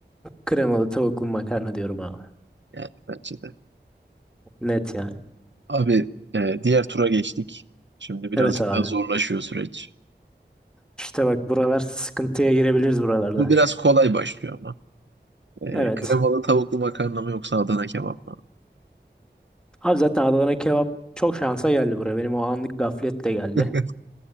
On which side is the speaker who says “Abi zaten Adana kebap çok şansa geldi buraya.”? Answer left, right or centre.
Centre